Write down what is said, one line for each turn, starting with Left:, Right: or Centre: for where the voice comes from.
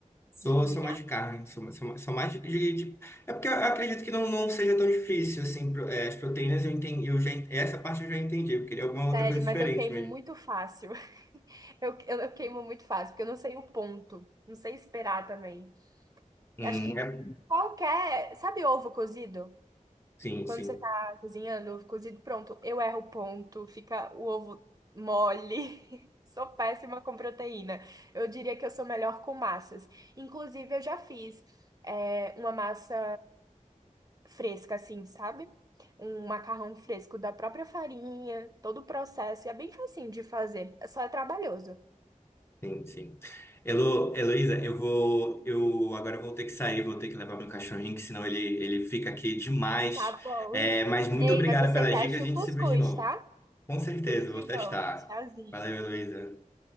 Left: Sou,
Right: de cozinhar?
Left: sou mais de carne, sou, sou, sou mais de, de- de- É porque eu acredito que não, não seja tão difícil, assim, pro- é, as proteínas eu entendi, eu já, en- essa parte eu já entendi, eu queria alguma outra
Right: Sério,
Left: coisa diferente
Right: mas eu queimo
Left: mesmo.
Right: muito fácil. <laughs> Eu, eu, eu queimo muito fácil, porque eu não sei o ponto. Não sei esperar também.
Left: Hum,
Right: Acho que
Left: é,
Right: qualquer. Sabe ovo cozido?
Left: sim,
Right: Quando
Left: sim.
Right: você tá cozinhando, ovo cozido, pronto, eu erro o ponto, fica o ovo mole. <laughs> Sou péssima com proteína. Eu diria que eu sou melhor com massas. Inclusive, eu já fiz é, uma massa fresca, assim, sabe? Um macarrão fresco da própria farinha, todo o processo. E é bem facinho de fazer, só é trabalhoso.
Left: Sim, sim. Elo, Heloísa, eu vou, eu agora eu vou ter que sair, vou ter que levar meu cachorrinho, que senão ele, ele fica aqui demais.
Right: Tá bom.
Left: É,
Right: <laughs>
Left: mas muito
Right: Ei,
Left: obrigada
Right: mas você
Left: pelas
Right: teste
Left: dicas, a
Right: o
Left: gente
Right: cuscuz,
Left: se vê de novo.
Right: tá?
Left: Com certeza,
Right: Tudo de
Left: eu vou testar.
Right: bom. Tchauzinho.
Left: Valeu, Heloísa.